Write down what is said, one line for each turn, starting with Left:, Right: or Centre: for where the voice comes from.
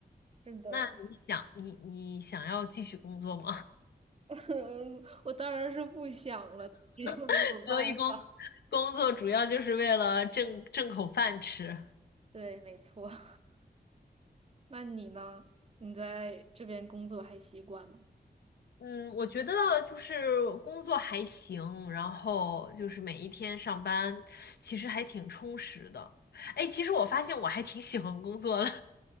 Right: 是的，
Left: 那你想，你你想要继续工作吗？
Right: <laughs> 我当然是不想了，但是又没有办法。
Left: <laughs> 所以工工作主要就是为了挣挣口饭吃。
Right: <laughs> 对，没错。<laughs> 那你呢？你在这边工作还习惯吗？
Left: 嗯，我觉得就是工作还行，然后就是每一天上班，其实还挺充实的。哎，其实我发现我还挺喜欢工作的，